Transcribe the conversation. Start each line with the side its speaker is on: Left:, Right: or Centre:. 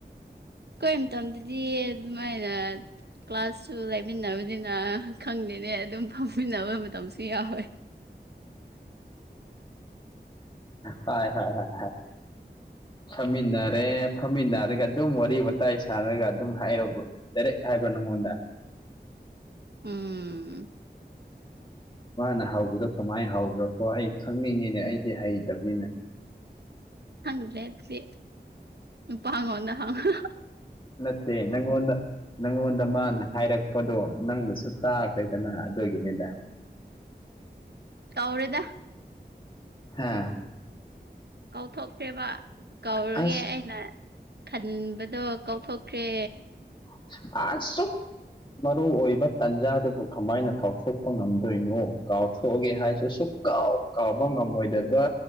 Right: ꯈꯣꯏ ꯃꯇꯝꯗꯗꯤ ꯑꯗꯨꯃꯥꯏꯅ ꯀ꯭ꯂꯥꯁꯁꯨ ꯂꯩ ꯃꯤꯟꯅꯕꯅꯤꯅ ꯈꯪꯗꯅꯦ ꯑꯗꯨꯝ ꯐꯝꯃꯤꯟꯅꯕ ꯃꯇꯝꯁꯨ ꯌꯥꯎꯋꯦ
Left: ꯍꯣꯏ ꯍꯣꯏ ꯍꯣꯏ ꯐꯝꯃꯤꯟꯅꯔꯦ ꯐꯝꯃꯤꯟꯅꯔꯒ ꯑꯗꯨꯝ ꯋꯥꯔꯤ ꯋꯥꯇꯥꯏ ꯁꯥꯟꯅꯔꯒ ꯑꯗꯨꯝ ꯍꯥꯏꯔꯕꯣ ꯗꯥꯏꯔꯦꯛ ꯍꯥꯏꯕ꯭ꯔꯣ ꯅꯪꯉꯣꯟꯗ
Right: ꯎꯝ
Left: ꯃꯥꯅ ꯍꯧꯕꯗꯣ ꯀꯃꯥꯏ ꯍꯧꯕꯔꯀꯣ ꯑꯩ ꯈꯪꯅꯤꯡꯉꯤꯅꯦ ꯑꯩꯗꯤ ꯍꯩꯇꯕꯅꯤꯅ
Right: ꯈꯪꯗ꯭ꯔꯦ ꯑꯗꯨꯗꯤ ꯅꯨꯄꯥ ꯉꯣꯟꯗ ꯍꯪꯉꯣ
Left: ꯅꯠꯇꯦ ꯅꯪꯉꯣꯟꯗ ꯅꯪꯉꯣꯟꯗ ꯃꯥꯅ ꯍꯥꯏꯔꯛꯄꯗꯣ ꯅꯪꯅꯁꯨ ꯀꯈ꯭ꯔꯦꯗꯅ ꯑꯗꯨꯒꯤꯅꯤꯗ <inaudible>
Right: ꯀꯧꯔꯦꯗ
Left: ꯍꯥ
Right: ꯀꯧꯊꯣꯛꯈꯔꯦꯕ ꯀꯧꯔꯒꯦ
Left: ꯑꯁ
Right: ꯑꯩꯅ ꯈꯟꯕꯗꯣ ꯀꯧꯊꯣꯛꯈ꯭ꯔꯦ
Left: <unintelligible> ꯃꯔꯨ ꯑꯣꯏꯕ ꯇꯥꯟꯖꯥꯗꯨꯕꯨ ꯀꯃꯥꯏꯅ ꯀꯥꯎꯊꯣꯛꯄ ꯉꯝꯗꯣꯏꯅꯣ ꯀꯥꯎ ꯊꯣꯛꯑꯒꯦ ꯍꯥꯏꯁꯨ ꯁꯨꯛ ꯀꯥꯎ ꯀꯥꯎꯕ ꯉꯝꯃꯣꯏꯗꯕ